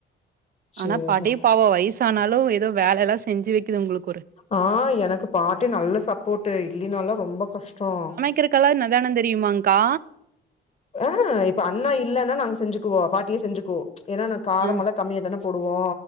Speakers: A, on the left (about 35°); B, on the right (about 50°).
A: சேர்டா
B: அனா பாட்டி பாவோ வயசனாலு எதோ வேலலா செஞ்சு வெக்குது உங்களுக்
A: ஆ எனக்கு பாட்டி நல்ல சப்போட்டு இல்லீனாலா ரொம்ப கஷ்டோ
B: கிருகல்லா நெதானோ தெரியுமாங்கா
A: அ இப்ப அண்ணா இல்லன்னா நாங்க செஞ்சுக்குவோ பாட்டியே செஞ்சுக்கு ஏன்னா நா காரமெல்லா
B: ஆ
A: கம்மியா தான போடுவோ